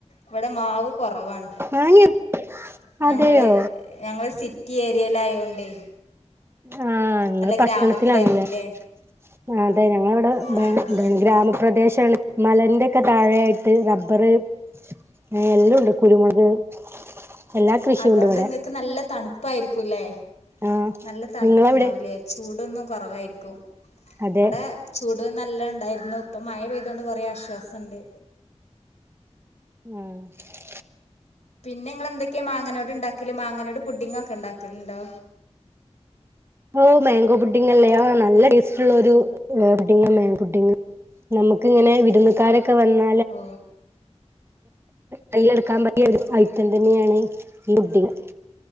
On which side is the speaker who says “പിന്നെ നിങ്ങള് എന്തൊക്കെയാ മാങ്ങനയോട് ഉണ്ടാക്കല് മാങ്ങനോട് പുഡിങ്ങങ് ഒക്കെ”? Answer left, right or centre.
Left